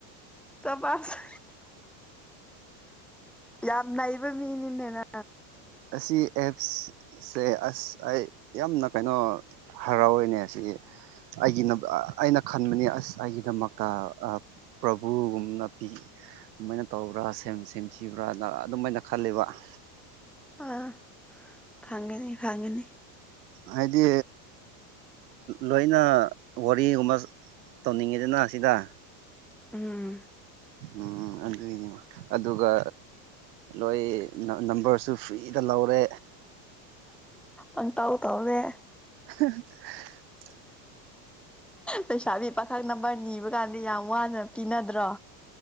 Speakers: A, in the centre; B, on the right.
A: ꯆꯕꯁ ꯌꯥꯝ ꯅꯩꯕ ꯃꯅꯤ ꯏꯅꯦꯅ
B: ꯑꯁꯤ ꯑꯦꯞꯁꯁꯦ ꯑꯁ ꯑꯩ ꯌꯥꯝꯅ ꯀꯩꯅꯣ ꯍꯔꯥꯎꯋꯏꯅꯦ ꯑꯁꯤ ꯑꯩꯒꯤ ꯑꯩꯅ ꯈꯟꯕꯅꯤ ꯑꯁ ꯑꯩꯒꯤꯗꯃꯛꯇ ꯄ꯭ꯔꯚꯨꯒꯨꯝꯅ ꯄꯤ ꯑꯗꯨꯃꯥꯏꯅ ꯇꯧꯕ꯭ꯔꯥ ꯁꯦꯝꯈꯤꯕ꯭ꯔꯥꯅ ꯑꯗꯨꯃꯥꯏꯅ ꯈꯜꯂꯤꯕ ꯎ
A: ꯑꯥ ꯐꯪꯒꯅꯤ ꯐꯪꯒꯅꯤ
B: ꯍꯥꯏꯗꯤ ꯂꯣꯏꯅ ꯋꯥꯔꯤꯒꯨꯝꯕ ꯇꯧꯅꯤꯡꯉꯤꯗꯅ ꯁꯤꯗ
A: ꯎꯝ
B: ꯎꯝ ꯑꯗꯨꯏꯅꯤ ꯑꯗꯨꯒ ꯂꯣꯏ ꯅꯝꯕꯔꯁꯨ ꯐ꯭ꯔꯤꯗ ꯂꯧꯔꯦ
A: ꯑꯪ ꯇꯥꯎ ꯇꯧꯔꯦ
B: <unintelligible>
A: ꯄꯩꯁꯥꯕꯤ ꯄꯥꯈꯪ ꯅꯝꯕꯔ ꯅꯤꯕ ꯀꯥꯟꯗ ꯌꯥꯝ ꯋꯥꯅ ꯄꯤꯅꯗ꯭ꯔꯣ